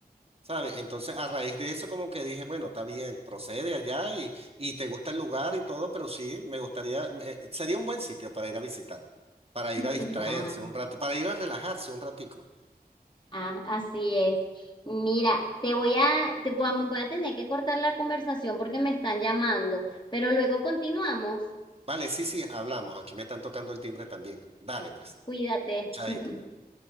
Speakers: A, on the right; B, on the left.
A: ¿sabes? Entonces a raíz de eso como que dije, bueno, está bien, procede de allá y, y te gusta el lugar y todo, pero sí, me gustaría, me- eh, sería un buen sitio para ir a visitar, para ir
B: <laughs>
A: a distraerse
B: Ah,
A: un rato, para ir a relajarse un ratico.
B: ah, así es. Mira, te voy a, te voy a, voy a tener que cortar la conversación porque me están llamando, pero luego continuamos.
A: Vale, sí, sí, hablamos, aquí me están tocando el timbre también. Dale, pues,
B: Cuídate.
A: chaito.
B: <laughs>
A: pues.